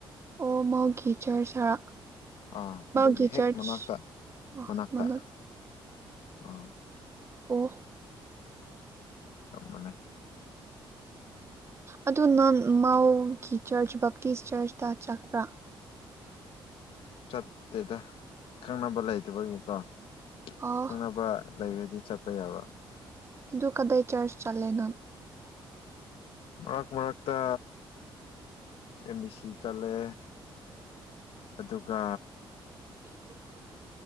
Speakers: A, on the right (about 30°); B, on the left (about 80°).
A: ꯑꯣꯃꯥꯎ ꯦꯆꯔ ꯁꯥꯔꯛ
B: ꯑꯥ ꯑꯗꯨꯒꯤ
A: ꯒꯤ
B: ꯍꯦꯛ
A: ꯆꯔꯆ
B: ꯃꯅꯥꯛꯇ
A: ꯑ
B: ꯃꯅꯥꯛꯇ
A: ꯃ
B: ꯑꯥ <unintelligible> <inaudible>
A: ꯑꯣ
B: ꯑꯃꯅꯦ
A: ꯑꯗꯨ ꯅ ꯃꯥꯎꯒꯤ ꯆꯔꯆ ꯕꯞꯇꯤꯁ ꯆꯔꯆꯇ ꯆꯠꯄ꯭ꯔꯥ
B: ꯆꯠꯇꯦꯗ ꯈꯪꯅꯕ ꯂꯩꯗꯕꯒꯤꯀꯣ
A: ꯑꯣ
B: ꯈꯪꯅꯕ ꯂꯩꯔꯗꯤ ꯆꯠꯄ ꯌꯥꯕ꯭ꯔꯥ
A: ꯑꯗꯨ ꯀꯗꯥꯏ ꯆꯔꯆ ꯆꯠꯂꯦꯅꯣ
B: ꯃꯔꯛ ꯃꯔꯛꯇ ꯑꯦꯝ ꯕꯤ ꯁꯤ ꯆꯠꯂꯦ ꯑꯗꯨꯒ
A: <unintelligible> <inaudible>